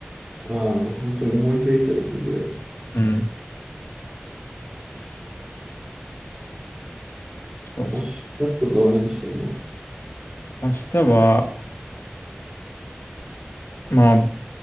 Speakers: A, on the right; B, on the left.
A: ああ、まあ本当に思いついたら行くぐらい。
B: うん。そうそ
A: 明日とかは何してんの
B: う。明日は、まあ、